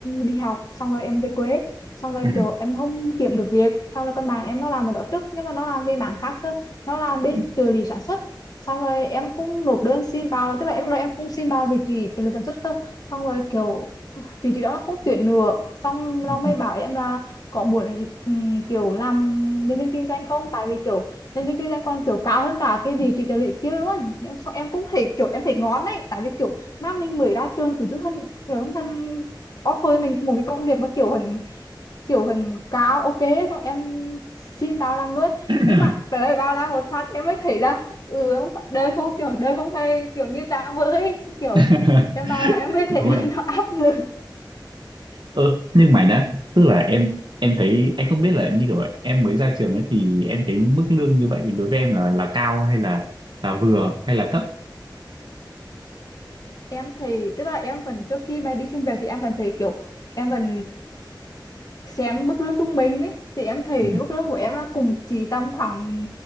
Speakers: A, on the left; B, on the right.
A: đi học xong rồi em về quê xong rồi
B: Ừm,
A: kiểu em không kiếm được việc xong rồi con bạn em nó làm ở đó trước nhưng mà nó làm về mảng khác cơ nó làm bên
B: ừm,
A: trợ lý sản xuất xong rồi em cũng nộp đơn xin vào tức là em lúc đó em cũng xin vào vị trí trợ lý sản xuất cơ xong rồi kiểu vị trí đó nó không tuyển nữa xong nó
B: ừ.
A: mới bảo em là có muốn ừm, kiểu làm nhân viên kinh doanh không tại vì kiểu nhân viên kinh doanh còn kiểu cao hơn cả cái vị trí trợ lý kia luôn nhưng sau em cũng thấy kiểu em thấy ngon đấy tại vì kiểu mà mình mới ra trường tự dưng hắn kiểu hắn, hắn offer cho mình một cái công việc mà kiểu hình kiểu hình cao ok xong em xin cao làm luôn
B: <laughs>
A: nhưng mà tới đây ba la một phát em mới thấy là ừ không phải- đời không kiểu đời không phải kiểu như ta với kiểu
B: <coughs>
A: em ba là em mới thấy
B: đúng
A: là
B: rồi
A: nó áp lực
B: Ừ, nhưng mà nhá, tức là em em thấy anh không biết là như kiểu em mới ra trường ấy thì em thấy mức lương như vậy đối với em là là cao hay là là vừa hay là thấp.
A: em thì tức là em vẫn trước khi mà đi xin việc thì em vẫn thấy kiểu em vẫn xem mức lương trung bình ấy thì em thấy
B: Ừ.
A: mức lương của em nó cũng chỉ tầm khoảng